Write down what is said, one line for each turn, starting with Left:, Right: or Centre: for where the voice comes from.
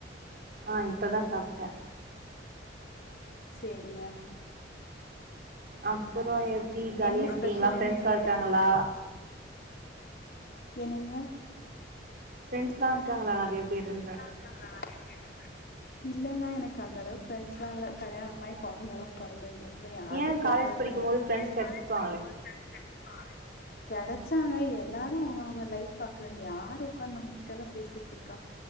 Right: ஆஹ் இப்பதான் சாப்டேன்
Left: சேரிங்க
Right: அப்புறம் எப்டி ஜாலியா
Left: என்ன
Right: இருக்கீங்களா
Left: ஸ்பெஷல்
Right: ஃபரெண்ட்ஸ்
Left: இன்னைக்கு
Right: லாம் இருக்காங்களா
Left: என்னங்க
Right: ஃபிரெண்ட்ஸ் லாம் இருக்காங்களா நிறைய பேருன்றேன்
Left: <inaudible> இல்லலைங்க எனக்கு அந்த அளவுக்கு பிரண்ட்ஸ்லா இல்ல கல்யாணமாயி குழந்தை எல்லாம் பொறந்ததுக்கு அப்புறம் யாரு
Right: ஏ
Left: ஃபிரெண்ட்ஸா
Right: காலேஜ்
Left: இருப்பாங்க
Right: படிக்கும் போது ஃப்ரெண்ட்ஸ்
Left: ஏன்
Right: கெடச்சிருப்பாங்களே
Left: காலேஜ் படிக்கும்போது பிரண்ட்ஸ் இருந்துருப்பாங்களே கிடைச்சாங்க எல்லாரும் அவங்க அவங்க லைஃப் பாக்குறாங்க யாரும் உட்காந்து நம்ம கிட்ட எல்லாம் பேசிட்டு இருக்கு கா